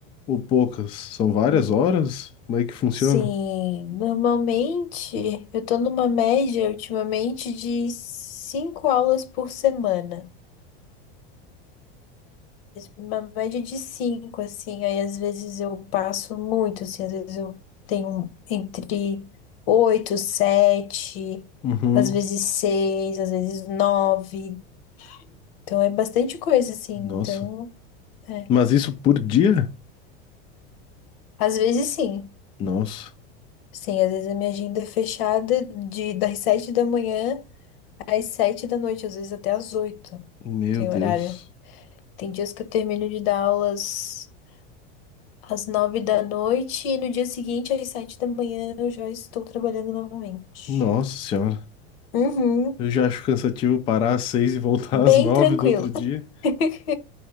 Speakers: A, on the left; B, on the left.
A: ou poucas? São várias
B: Hum.
A: horas? Como é que funciona?
B: Sim, normalmente eu tô numa média ultimamente de cinco aulas por semana. Uma média de cinco, assim. Aí às vezes eu passo muito, assim, às vezes eu tenho entre oito, sete,
A: Uhum.
B: às vezes seis, às vezes nove. Então é bastante coisa, assim.
A: Nossa.
B: Então, é.
A: Mas isso por dia?
B: Às vezes sim.
A: Nossa.
B: Sim, às vezes a minha agenda é fechada de das sete da manhã às sete da noite, às vezes até às oito.
A: Meu
B: Tem
A: Deus.
B: horário. Tem dias que eu termino de dar aulas às nove da noite e no dia seguinte, às sete da manhã, eu já estou trabalhando novamente.
A: Nossa senhora.
B: Uhum.
A: Eu já acho cansativo parar às seis e voltar
B: Bem
A: às nove
B: tranquilo.
A: do outro dia.
B: <laughs>